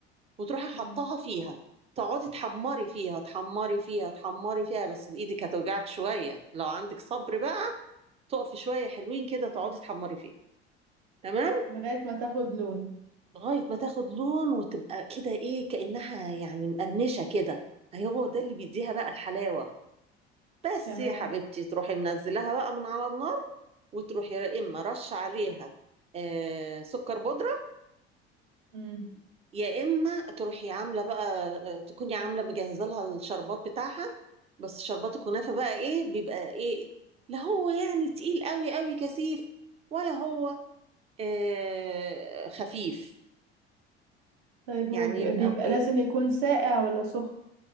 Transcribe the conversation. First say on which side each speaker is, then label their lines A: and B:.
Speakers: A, on the right (about 20°); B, on the right (about 55°).
A: وتروحي حطها
B: مم.
A: فيها تقعدي تحمري فيها تحمري فيها تحمري فيها بس ايدك هتوجعك شويه لو عندك صبر بقى تقفي شويه حلوين كده تقعدي تحمري فيها تمام
B: لغاية ما تاخد لون
A: لغايه ما تاخد لون وتبقى كده ايه كانها يعني مقرمشه كده هو ده اللي بيديها بقى الحلاوه بس
B: تمام
A: يا حبيبتي تروحي منزلها بقى من على النار وتروحي يا اما رش عليها آه، سكر بودره
B: مم.
A: يا اما تروحي عامله بقى آه، تكوني عامله مجهزه لها الشربات بتاعها بس شربات الكنافه بقى ايه بيبقى ايه لا هو يعني تقيل قوي قوي كثيف ولا هو آه، خفيف
B: طيب
A: يعني
B: هو بي-
A: يبقى
B: بيبقى
A: إيه؟
B: لازم يكون ساقع ولا سخن